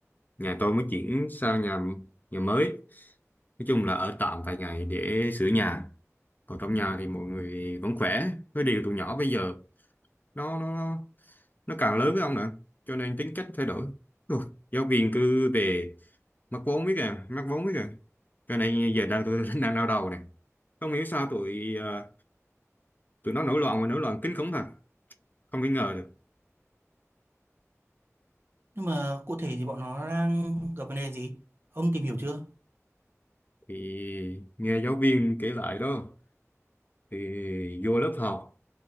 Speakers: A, on the left; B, on the right.
A: nhà tôi mới chuyển sang nhà nhà mới. Nói chung là ở tạm vài ngày để sửa nhà. Còn trong nhà thì mọi người vẫn khỏe. Cái điều tụi nhỏ bây giờ nó nó nó càng lớn với ông nữa, cho nên tính cách thay đổi. Ồ, giáo viên cứ về mắc vốn biết à, mắc vốn biết à. Cho nên giờ đang tôi <laughs> đang đau đầu nè. Không hiểu sao tụi à, tụi nó nổi loạn mà nổi loạn kinh khủng thật. Không thể ngờ được.
B: nhưng mà cụ thể thì bọn nó đang gặp vấn đề gì ông tìm hiểu chưa
A: thì nghe giáo viên kể lại đó thì vô lớp học